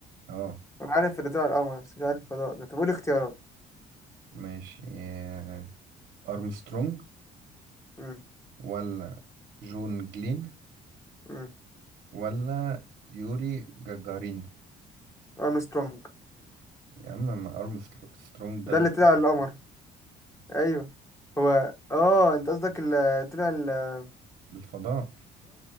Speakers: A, on the right; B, on the left.
A: اه
B: انا عارف اللي طلع القمر بس مش عارف الفضاء ده طب قول اختيارات
A: ماشي آه، أرمسترونج
B: امم
A: ولا جون جلين
B: امم
A: ولا يوري جاجارين
B: ارمسترونج
A: يا عم ما أرمسترونج ده
B: ده
A: اللي
B: اللي طلع
A: طلع
B: القمر ايوه هو اه انت قصدك اللي طلع الفضاء
A: للفضاء